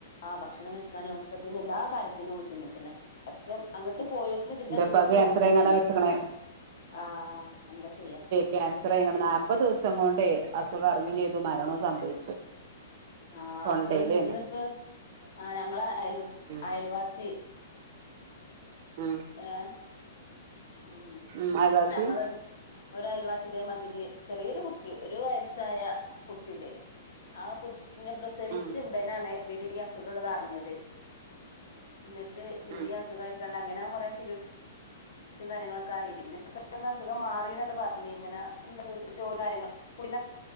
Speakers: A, on the left (about 70°); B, on the right (about 50°).
A: ആഹ് ഭക്ഷണം കഴിക്കാനോ ഒക്കെത്തിന്നെ എല്ലാ കാര്യത്തിനും ബുദ്ധിമുട്ടിന് പറ്റേ അങ്ങോട്ട് പോയ <unintelligible> പിന്നോട്
B: എന്റെപ്പാക്ക്
A: തിരിച്ച്
B: ക്യാൻസർ
A: വന്നതനു
B: ആയിങ്ങാണ്ടാ മരിച്ച്ക്ക്ണേ
A: ആഹ് എന്താ ചെയ്യാ
B: ക്യാൻസർയിങ്ങണ്ട് നാല്പത് ദിവസം കൊണ്ടേ അസുഖം അറിഞ്ഞും ചെയ്തു മരണംവും സംഭവിച്ചു
A: ആഹ്
B: തൊണ്ടയിലേന്നു
A: പ്പൊ ഇന്ന്പ്പോ ആഹ് ഞങ്ങള അയൽ
B: ഉം
A: അയൽവാസി
B: ഉം
A: ഏ ഉം
B: ഉം അയൽവാസി
A: ഞങ്ങളൊരു ഒരയൽവാസിതേമാതിരി ചെറിയൊരു കുട്ടി ഒരു വയസായ കുട്ടി ണ്ടേനി ആകുട്ടിനെ പ്രസവിച്ച
B: ഉം
A: ഉടനാണ് ഇതിന് ഈ അസുഖങ്ങള്തർഞ്ഞത് ന്നിട്ട് പിന്നീ
B: ഉം
A: അസുഖയിക്കാണ്ട് അങ്ങനെ കൊറെ ചികിത്സ യും കാര്യങ്ങളൊക്കായി. പിന്നെ പെട്ടൊന്ന് അസുഖം മാറി ന്നണ്ട് പറഞ്. ഇങ്ങനെ എന്താ വിധത്തിൽ ജോും കാര്യങ്ങള കുടി